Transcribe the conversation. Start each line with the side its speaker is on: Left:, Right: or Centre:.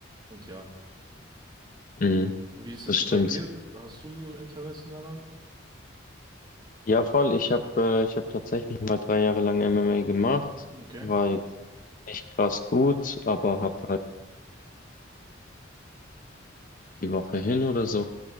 Right: Und ja,
Left: Mhm,
Right: wie ist es
Left: das
Right: so
Left: stimmt.
Right: bei dir? Hast du so Interessen daran?
Left: Ja, voll. Ich habe äh, ich hab tatsächlich mal drei Jahre lang MMA gemacht.
Right: Okay.
Left: War jetzt nicht krass gut, aber hab halt die Woche hin oder so.